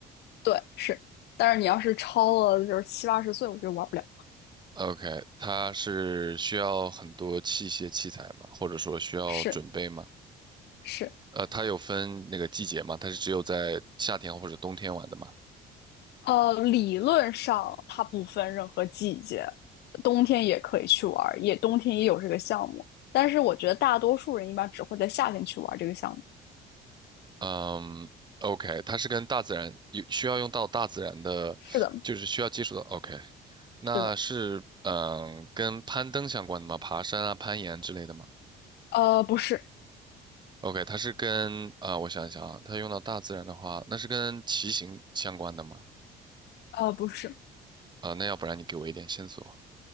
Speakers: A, on the left; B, on the right.
A: 对，是，但是你要是超了就是七八十岁，我觉得玩不了。
B: ？OK，它是需要很多器械器材吗？或者说需要准备吗？
A: 是是，
B: 呃，它有分那个季节吗？它是只有在夏天或者冬天玩的吗？
A: 呃，理论上它不分任何季节，冬天也可以去玩儿，也冬天也有这个项目，但是我觉得大多数人一般只会在夏天去玩儿这个项目。
B: 嗯，OK，它是跟大自然有需要用到大自然的，
A: 是的，
B: 就是需要接触到。OK，那是嗯跟攀登相关的吗？
A: 是的，
B: 爬山啊、攀岩之类的吗？
A: 呃，不是，
B: OK，它是跟啊、呃我想一想啊，它用到大自然的话，那是跟骑行相关的吗？
A: 呃，不是。
B: 啊、那要不然你给我一点线索。